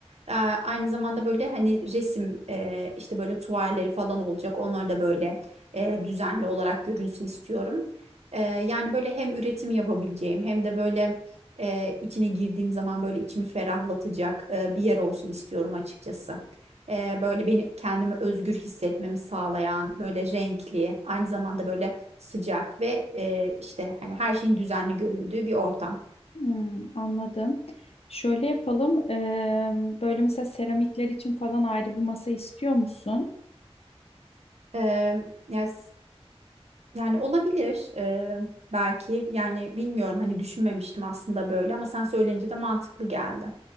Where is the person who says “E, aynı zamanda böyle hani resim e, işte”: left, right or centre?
Right